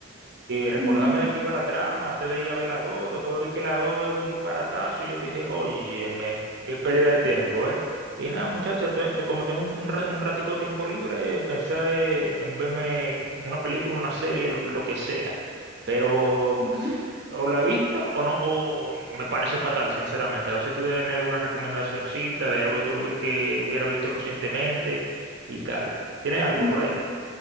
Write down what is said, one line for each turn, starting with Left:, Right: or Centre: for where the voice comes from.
Right: recordarme
Centre: Ujú.
Right: de qué iba la trama, antes de ir a ver la 2, después vi que la 2 era un disparatazo, y yo dije, óyeme, qué pérdida de tiempo, ¿eh? Y nada, muchacha, te- te- como tengo un, un ra- un ratico de tiempo libre, pensé eh, en verme una película, una serie, lo, lo que sea. Pero
Centre: Sí.
Right: o la he visto o no, o me parece fatal, sinceramente. A ver si tú tienes alguna recomendacioncita de algo que, tú- que hubiera visto recientemente y tal. ¿Tienes algo
Centre: Una-
Right: por ahí?